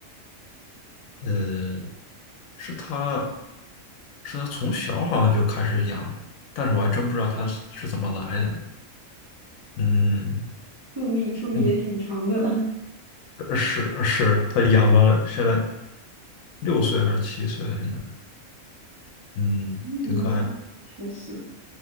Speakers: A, on the left; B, on the right.
A: 呃，是它是它从小好像就开始养的，但是我还真不知道它是是怎么来的。嗯
B: 寿命寿命也挺长的了。
A: 嗯，是是，它养了现在六岁还是七岁了？现在，嗯，
B: 嗯，
A: 挺可爱的。
B: 那确实